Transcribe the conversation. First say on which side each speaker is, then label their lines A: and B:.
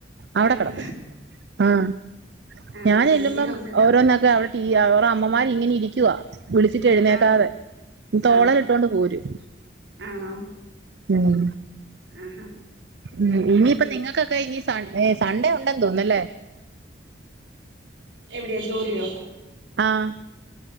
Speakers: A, on the right; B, on the right.
A: അവടെ
B: ആഹ്
A: കെടക്കും ആഹ്
B: ആഹ്
A: ഞാനെല്ലും
B: പിന്നെ വീട്ടീന്ന്
A: ഇപ്പം
B: വന്ന്
A: ഓരോന്നൊക്കെ അവടെ ട്ടീയ്യാ ഒരമ്മമാര് ങ്ങനെ ഇരിക്കവാ വിളിച്ചിട്ട് എഴുന്നേക്കാതെ
B: ആഹ്
A: തോളെലിട്ടോണ്ട്
B: ആഹാ
A: പോരും
B: ആണോ?
A: ഉം
B: ആഹാ
A: ഉം ഇനിയിപ്പ നിങ്ങൾക്കൊക്കെ ഇനി സ സൺ ഏ സൻഡേ ഉണ്ടെന്ന് തോന്നല്ലേ?
B: എവിടെയാ ജോലിയോ?
A: ആഹ്